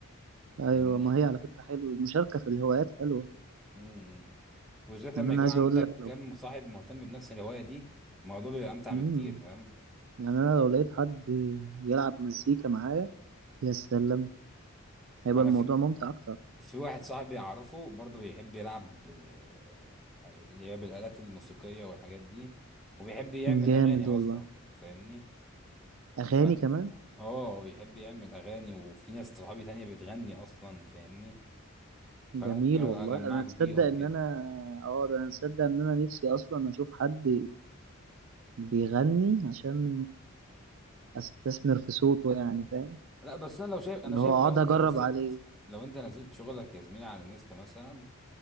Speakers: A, on the right; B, in the centre.
A: ايوه
B: فاهمني
A: ما هي على فكرة حلوة المشاركة في الهوايات حلوة
B: امم إمم. وبالذات لما
A: يعني انا
B: يكون
A: عايز
B: عندك
A: اقول لك لو
B: كم صاحب مهتم بنفس الهواية دي الموضوع بيبقى أمتع
A: مم.
B: بكتير فاهم
A: يعني انا لو لقيت حد يلعب مزيكا معايا يا سلام هيبقى
B: أنا
A: الموضوع
B: في
A: ممتع اكتر
B: في واحد صاحبي أعرفه برضه بيحب يلعب آه، اللي هي بالآلات الموسيقية والحاجات دي وبيحب يعمل
A: جامد
B: أغاني أصلا
A: والله
B: فاهمني
A: اغاني
B: ف
A: كمان
B: اه بيحب يعمل أغاني وفي ناس صحابي تانية بتغني أصلا فاهمني فأنا
A: جميل
B: ممكن أبقى
A: والله
B: أجمعك
A: انا تصدق
B: بيهم
A: ان
B: كده
A: انا اه ده انا تصدق ان انا نفسي اصلا اشوف حد بيغني عشان استثمر في صوته يعني فاهم
B: لا بس أنا لو شايف أنا
A: اللي
B: شايف
A: هو اقعد
B: لو أنت
A: اجرب
B: نزلت
A: عليه
B: لو أنت نزلت شغلك يا زميلي على الانستا مثلا